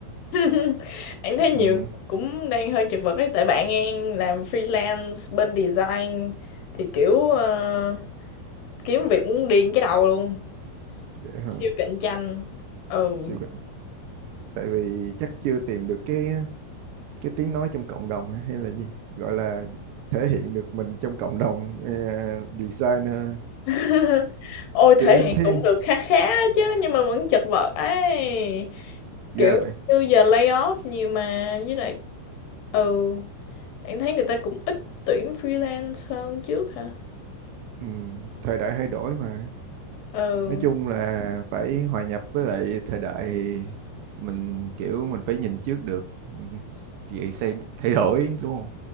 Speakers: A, on the left; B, on the right.
A: <laughs> Em thấy nhiều
B: ừ,
A: người cũng đang hơi chật vật ấy tại bạn em làm freelance bên design thì kiểu ờ, kiếm việc muốn điên cái đầu luôn
B: dễ hả
A: siêu cạnh tranh ừ
B: siêu cái- tại vì chắc chưa tìm được cái cái tiếng nói trong cộng đồng hay hay là gì gọi là thể hiện được mình trong cộng đồng ờ, designer
A: <laughs> ôi
B: kia
A: thể hiện
B: thế
A: cũng được khá khá chứ nhưng mà vẫn chật vật ấy
B: ghê
A: kiểu
B: vậy
A: như giờ lay off nhiều mà với lại ừ em thấy người ta cũng ít tuyển freelance hơn trước hả
B: Ừ, thời đại thay đổi mà
A: ừ
B: nói chung Ừ. là phải hòa nhập với lại thời đại thì mình kiểu mình phải nhìn trước được ừ, vậy xây thay đổi đúng không